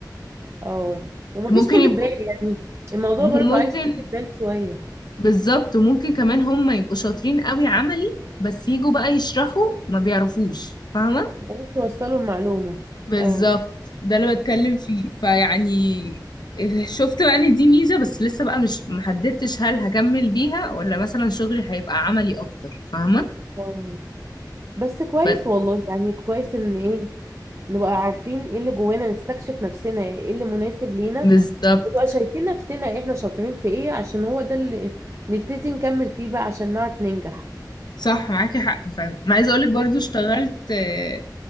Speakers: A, on the right (about 40°); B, on the left (about 70°).
A: اه ومفيش
B: ممكن
A: طول
B: يبقوا
A: بال يعني الموضوع
B: وممكن
A: برضو عايز طول بال شوية
B: بالظبط وممكن كمان هم يبقوا شاطرين قوي عملي بس يجوا بقى يشرحوا ما بيعرفوش فاهمه
A: عايز توصلوا المعلومة
B: بالظبط
A: اه
B: ده اللي بتكلم فيه فيعني شفت بقى ان دي ميزه بس لسه بقى مش محددتش هل هكمل بيها ولا مثلا شغلي هيبقى عملي اكتر فاهمه
A: اه. بس كويس
B: بس-
A: والله يعني كويس ان ايه نبقى عارفين ايه اللي جوانا نستكشف نفسنا ايه اللي مناسب لينا
B: بالظبط
A: ونبقى شايفين نفسنا احنا شاطرين في ايه عشان هو ده اللي نبتدي نكمل فيه بقى عشان نعرف ننجح
B: صح معاكي حق فعلا انا عايزه اقولك برضو
A: بس
B: اشتغلت آه،